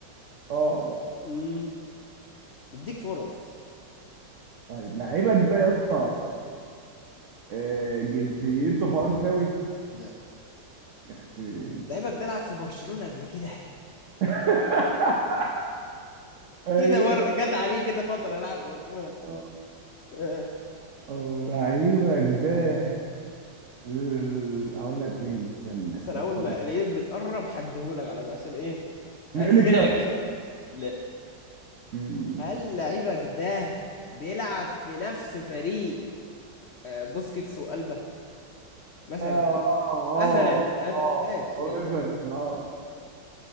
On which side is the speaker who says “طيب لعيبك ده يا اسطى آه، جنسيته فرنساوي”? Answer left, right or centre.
Right